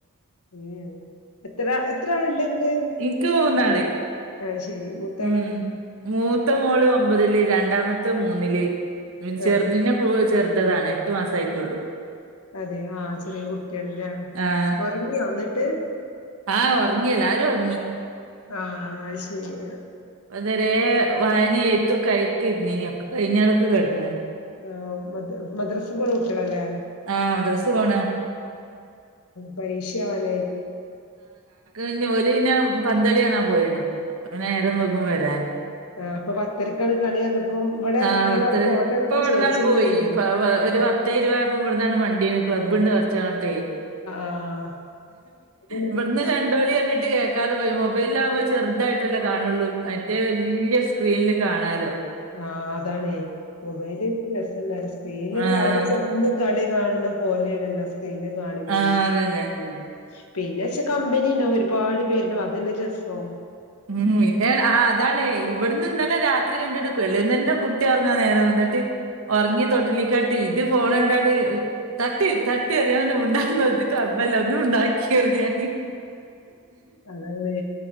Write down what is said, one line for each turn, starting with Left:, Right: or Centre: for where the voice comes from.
Left: ഉ എത്ര എത്ര ആൾ ഉണ്ടെങ്കിൽ
Right: ഇൻക്ക് മൂന്നാള്
Left: ആഹ ശരി മുത്താള
Right: ഉം മൂത്ത മോള് ഒമ്പതില് രണ്ടാമത്തെ മൂന്നില് ചെറുെ
Left: ആഹ്
Right: ചെറുതതാണ് എട്ടു മാസമായിട്ടുള്ളു
Left: അതെ ആ ചെറിയ കുട്ടിയല്ലേ
Right: ആഹ്
Left: ഒറങ്ങിയ വന്നിട്ട്
Right: ആഹ് ഉറങ്ങിയല്ല ആരും ഉറങ്ങി
Left: ആഹ ശരി
Right: വതുരെ വായന എഴത്തക്കെഴക്ക ഇരുന്നനക്കെ കഴിഞ്ഞാടൊക്കെ കിടന്നാണ്
Left: ആ മ മദ്രസ പോണ കുട്ടികളാഅല്ലേ
Right: ആഹ് മദ്രസ് പോണാ
Left: പരീക്ഷ ആവാനായി
Right: എനിക്ക്ഓല് പിന്നെ പന്തളി കാണാൻ പോയിണ്. അപ്പം നേരം വൈകും വരാാന്.
Left: ആ് അപ്പ പത്തരക്കാണ് കളി ഇവിടെ
Right: ആ
Left: ഒരാള്
Right: പത്ത
Left: പോട്ടെന്നൊക്കെ
Right: ഇപ്പൊ ഇവിടന്നാട്
Left: ചോയിച്ചിങ്ങനെ
Right: പോയി
Left: നിന്നീനു.
Right: ഇ
Left: ആഹ്
Right: ഒരു പത്തേഇരുപതയ് ആയപ്പോ ഇവിടന്നാട് മണ്ടീ ക്ലബ്ബ്ണ്ട്കുറച്ചങ്ങട്ടെ
Left: ആഹ് ആഹ് അതാണ്
Right: ഇവിടുന്ന് കണ്ടോലി പറിട്ട കേൾക്കാതെ പോ മൊബൈല ആവുമ്പോൾ ചെറുതായിട്ടല്ലേ കാണുള്ളൂ ഏറ്റവും വലിയ സ്ക്രീനിൽ കാണാലോ?
Left: ആഹ അതാണെ മൊബൈല രസല്ല സ്ക്രീനല്ല
Right: ആഹ്
Left: അവിടെ ചെന്ന് കളി കാണണ പോലെയണല്ലോ സ്ക്രീനിൽ കാണുമ്പോ
Right: ആഹ്
Left: വ ലൃഇഷ്ടാവുല
Right: അതന്നെ
Left: പിന്നെ വച്ചെ കമ്പനിയ ഉണ്ടാവും ഒരുപാട് പേരുണ്ട അതന്നെ രസോ
Right: ഉം പിന്ന ആ അതാണെ ഇവിടന്ന് ഇന്നലെ രാത്രി കണ്ട ട്ട് കുട്ടി ഉറങ്ങുന്ന നേരാവും കുട്ടി ഇന്നിട്ട് ഉറങ്ങി തൊട്ടിലിക്കാട്ട് ഇത് പോണണ്ടാ തട്ട് തട്ടി അറിയാവൻും ഉണ്ടാത് അല്ല ഒന്നും മുണ്ടാതിങ്ങി
Left: അതാണ്